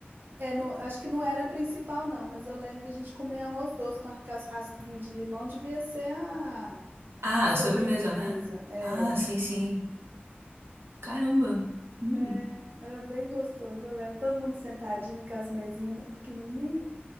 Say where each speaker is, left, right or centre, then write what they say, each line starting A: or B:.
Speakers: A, on the right; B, on the right.
A: É, no, acho que não era a principal não, mas eu lembro da gente comer arroz doce com aquelas raspinhas de limão, devia ser a,
B: Ah,
A: a sobremesa,
B: sobremesa, né?
A: é.
B: Ah, sim, sim. Caramba. Hum.
A: É, era bem gostoso, eu lembro. Todo mundo sentadinho com as mesinhas pequenininhas.